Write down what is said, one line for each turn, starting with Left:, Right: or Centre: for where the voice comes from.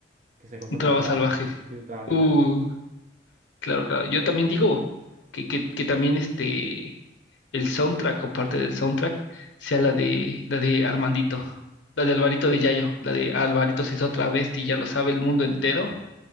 Right: que se acostó
Left: Un traba
Right: con un traba.
Left: salvaje.
Right: Sí, un traba
Left: Uh,
Right: salvaje.
Left: claro, claro. Yo
Right: Eh,
Left: también digo que, que, que también este el soundtrack o parte del soundtrack sea la de la de Armandito, la de Alvarito de Yayo, la de Alvarito se hizo otra vez y ya lo sabe el mundo entero.